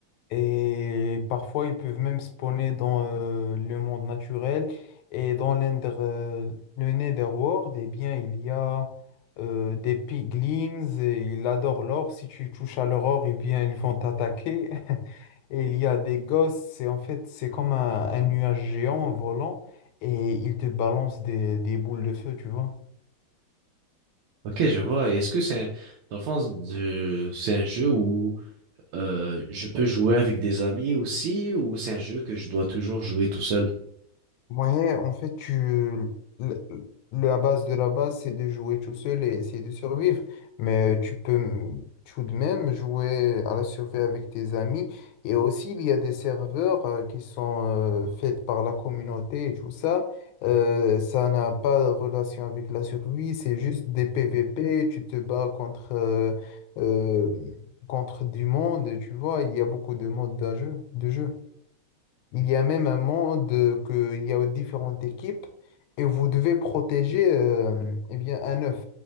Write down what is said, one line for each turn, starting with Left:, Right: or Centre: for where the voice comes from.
Left: Et parfois, ils peuvent même spawner dans euh, le monde naturel. Et dans l'Ender, euh, le Netherworld, eh bien, il y a euh, des piglins. Et ils adorent l'or. Si tu touches à leur or, eh bien, ils vont t'attaquer. <laughs> Et il y a des gosses. C'est, en fait, c'est comme un, un nuage géant volant. Et ils te balancent des, des boules de feu, tu vois.
Right: Ok, je vois. Et Est-ce que c'est un- dans le fond de- c'est un jeu où Euh, je peux jouer avec des amis aussi ou c'est un jeu que je dois toujours jouer tout seul?
Left: Ouais, en fait, tu, le- le- la base de la base, c'est de jouer tout seul et essayer de survivre. Mais tu peux m- tout de même jouer à la survie avec tes amis. Et aussi, il y a des serveurs euh, qui sont euh, faits par la communauté et tout ça. Euh, ça n'a pas de relation avec la survie, c'est juste des PVP. Tu te bats contre, euh, euh, contre du monde, tu vois. Il y a beaucoup de modes d'un jeu, de jeu. Il y a même un monde euh, que il y a différentes équipes et vous devez protéger euh, eh bien un œuf.